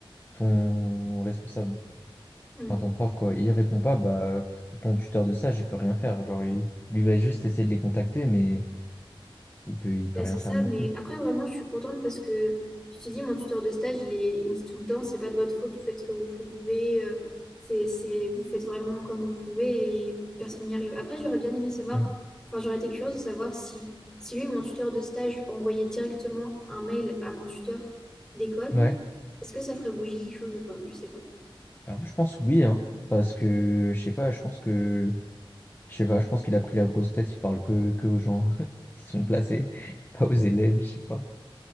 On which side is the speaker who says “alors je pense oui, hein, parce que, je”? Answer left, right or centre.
Left